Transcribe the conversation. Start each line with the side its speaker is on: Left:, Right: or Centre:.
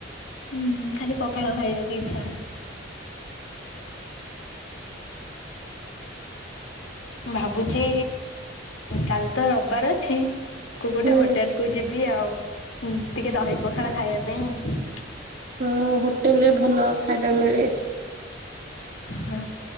Left: ହୁଁ ଖାଲି ପଖାଳ ଖାଇବାକୁ ଇଚ୍ଛା। <inaudible> ଭାବୁଛି କାଲି ତ ରବିବାର ଅଛି କୁ ଗୋଟେ
Right: ହୁଁ
Left: ହୋଟେଲ କୁ ଯିବି ଆଉ ଟିକେ ଦହି ପଖାଳ ଖାଇବା ପାଇଁ
Right: ହୁଁ ହୋଟେଲରେ ଭଲ ଖାଇବା ମିଳେ।
Left: ହୁଁ